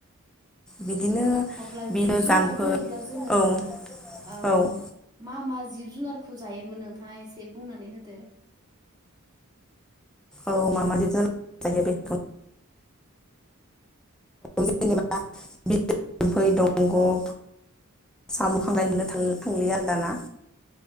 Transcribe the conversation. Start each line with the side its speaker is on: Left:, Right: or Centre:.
Centre: बिदिनो
Right: अब्ला
Centre: बिलो
Right: जिब जुनार
Centre: जाम्फै
Right: बुङोब्ला जोङो
Centre: औ
Right: ओ
Centre: औ
Right: मा मा जिब जुनारखौ जायोमोन नोंथाङ एसे बुंनानै होदो
Centre: औ माबादि जायो बेखौनो जेनेबा बिम्फै दंगब साम' खांखाय नुनो थांलि आरो दाना